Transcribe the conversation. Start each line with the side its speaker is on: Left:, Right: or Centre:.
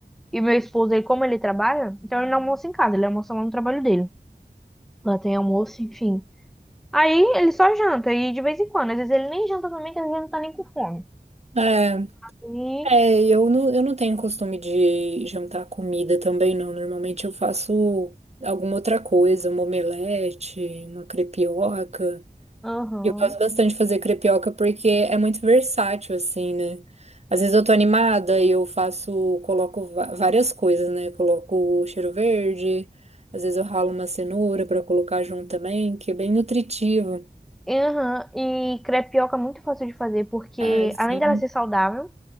Centre: e meu esposo, ele, como ele trabalha, então ele não almoça em casa, ele almoça lá no trabalho dele. Lá tem almoço, enfim. Aí ele só janta e de vez em quando, às vezes ele nem janta também, que às vezes ele não tá nem com fome.
Right: É,
Centre: E,
Right: é, eu não, eu não tenho costume de jantar comida também, não. Normalmente eu faço alguma outra coisa, uma omelete, uma crepioca.
Centre: aham.
Right: Eu gosto bastante de fazer crepioca porque é muito versátil, assim, né? Às vezes eu tô animada e eu faço, coloco va- várias coisas, né? Coloco cheiro verde, às vezes eu ralo uma cenoura pra colocar junto também, que é bem nutritivo.
Centre: Aham, E crepioca é muito fácil de fazer, porque
Right: Ah, sim.
Centre: além dela ser saudável,